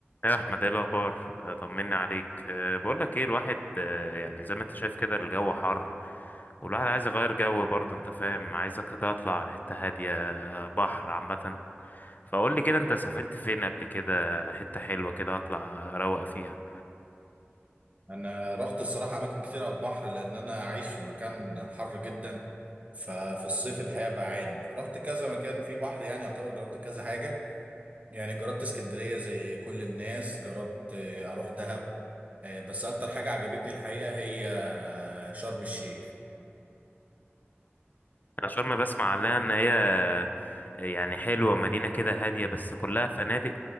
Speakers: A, on the left; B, on the right.
A: يا احمد ايه الاخبار آه، طمني عليك أه بقول لك ايه الواحد أه يعني زي ما انت شايف كده الجو حر والواحد عايز يغير جو برضه انت فاهم عايزك كده اطلع حته هاديه آه، بحر عامه فقول لي كده انت سافرت فين قبل كده حته حلوه كده اطلع اروق فيها
B: انا رحت الصراحه اماكن كتير على البحر لان انا عايش في مكان حر جدا ففي الصيف الحقيقه بعاني فرحت كذا مكان فيه بحر يعني يعتبر جربت كذا حاجه يعني جربت اسكندريه زي كل الناس جربت آه، اروح دهب آه، بس اكتر حاجه عجبتني الحقيقه هي آه، شرم الشيخ
A: انا شرم بسمع عنها ان هي آه، يعني حلوه مدينه كده هاديه بس كلها فنادق